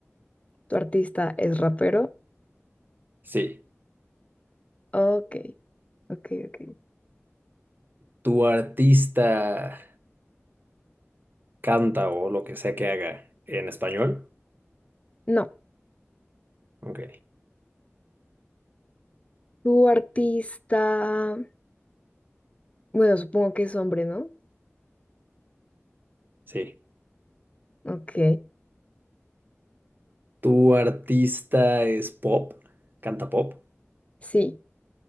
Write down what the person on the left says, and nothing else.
¿tu artista es rapero?
Ok, ok, ok.
No,
tu artista, bueno, supongo que es hombre, ¿no?
Ok,
sí.